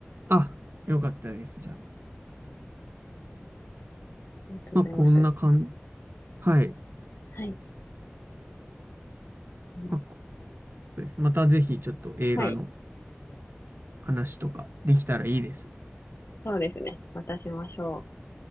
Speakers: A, on the right; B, on the left.
A: あ、よかったです。じゃあ。
B: りがとうございました。
A: まあ、こんな感じ。はい。
B: はい。ま
A: まあ、こそうです。またぜひちょっと映画の
B: はい。
A: 話とかできたらいいですね。
B: そうですね。またしましょう。